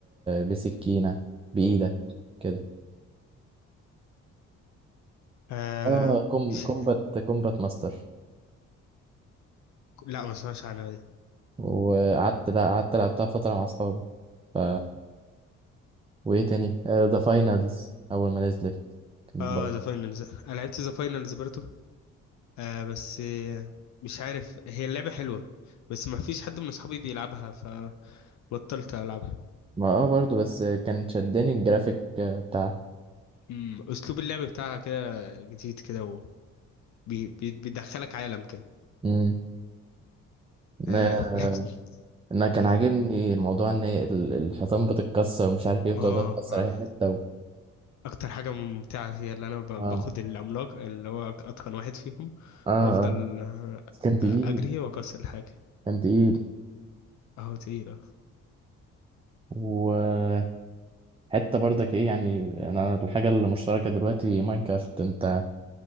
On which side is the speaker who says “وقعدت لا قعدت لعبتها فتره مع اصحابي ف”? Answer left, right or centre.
Right